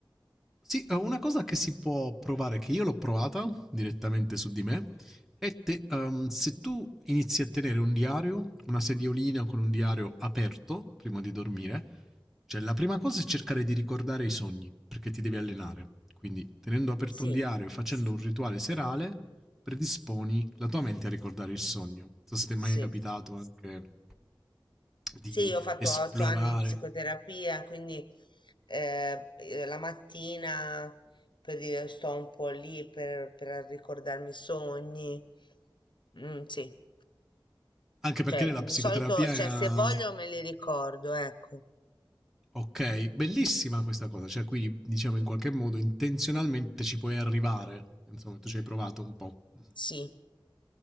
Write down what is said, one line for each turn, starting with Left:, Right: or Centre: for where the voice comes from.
Centre: sì, ehm, una cosa che si può provare, che io l'ho provata direttamente su di me, è te ehm, se tu inizi a tenere un diario, una sediolina con un diario aperto prima di dormire, cioè la prima cosa è cercare di ricordare i sogni, perché ti devi allenare. Quindi tenendo aperto
Left: Sì,
Centre: un diario e facendo un rituale serale predisponi la tua mente a ricordare il sogno. Non so se ti è
Left: sì.
Centre: mai capitato anche di
Left: Sì, io ho fatto
Centre: esplorare,
Left: otto anni di psicoterapia, quindi eh, eh, la mattina per dire, sto un po' lì per, per ricordarmi i sogni. Mm, sì,
Centre: anche
Left: cioè
Centre: perché nella
Left: di
Centre: psicoterapia
Left: solito, cioè,
Centre: è... Uh,
Left: se voglio me li ricordo, ecco,
Centre: Ok, bellissima questa cosa, cioè qui diciamo in qualche modo intenzionalmente ci puoi arrivare, insomma tu ci hai provato un po'. Mhm.
Left: sì.